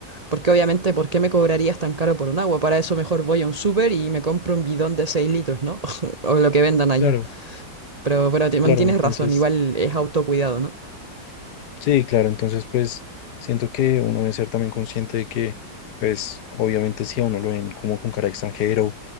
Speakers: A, on the right; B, on the left.
A: Porque obviamente, ¿por qué me cobrarías tan caro por un agua? Para eso mejor voy a un súper y me compro un bidón de 6 litros, ¿no? <laughs> O lo que vendan allá.
B: Claro,
A: Pero, pero te-
B: claro,
A: tienes
B: entonces,
A: razón, igual es autocuidado, ¿no?
B: sí, claro, entonces, pues siento que uno debe ser también consciente de que, pues, obviamente si a uno lo ven como con cara de extranjero,